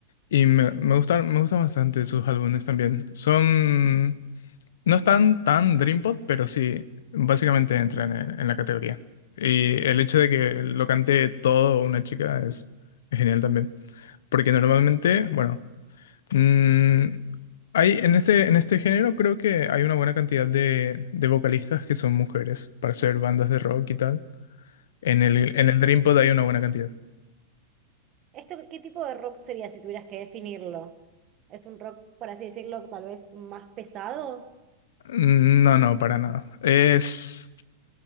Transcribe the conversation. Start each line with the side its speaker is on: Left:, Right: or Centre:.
Left: y me, me gustan, me gustan bastante sus álbumes también. Son, no están tan Dream Pop, pero sí, básicamente entran en, en la categoría. Y el hecho de que lo cante todo una chica es es genial también. Porque normalmente, bueno, Mm, hay, en este, en este género creo que hay una buena cantidad de, de vocalistas que son mujeres para hacer bandas de rock y tal. En el, en el Dreampod hay una buena cantidad.
Right: ¿Esto qué tipo de rock sería si tuvieras que definirlo? ¿Es un rock, por así decirlo, tal vez más pesado?
Left: Mm, No, no, para nada. Es,